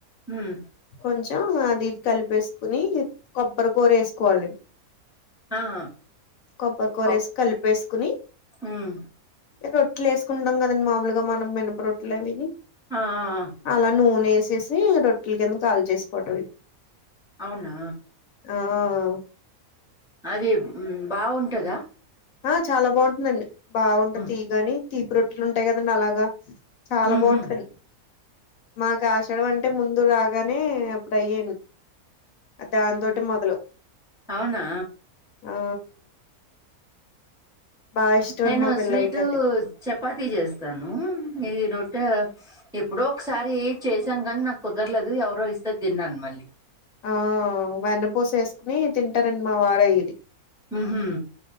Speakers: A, in the centre; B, on the left.
A: హ్మ్
B: కొంచెం అది ఇది కలిపేసుకుని కొబ్బరి కూర వేసుకోవాలన్
A: ఆహా!
B: కొబ్బరి కూరేసి
A: పప్
B: కలిపేసుకుని
A: హ్మ్.
B: రొట్లు వేసుకుంటాం కదండి మాములుగా మనం మినుప రొట్లు అవిని
A: ఆ ఆ హా
B: అలా నూనె వేసేసి రొట్టెల కింద కాల్చేసుకోవటమే
A: అవునా
B: ఆహ్
A: అది మ్మ్ బాగుంటదా
B: ఆ చాలా బాగుంటుందండి బాగుంటది
A: హ్మ్.
B: తీగాని తీపి రొట్టెలు ఉంటాయి కదండి అలాగా చాలా
A: హుహు.
B: బాగుంటుంది మాకు ఆషాఢమంటే ముందు రాగానే ఇప్పుడు అయ్యేన్ అ దాంతోటే మొదలు
A: అవునా!
B: ఆ బాగా ఇష్టం
A: నేను
B: అండి మా పిల్లలకి
A: స్వీటు
B: అది
A: చపాతీ చేస్తాను ఈ రొట్టె ఎప్పుడో ఒకసారి చేసాం కానీ నాకు కుదరలేదు ఎవరో ఇస్తే తిన్నాను మళ్ళీ
B: ఆ వెన్నపూస వేసుకుని తింటారండి మా వార ఇది
A: మ్మ్ హుం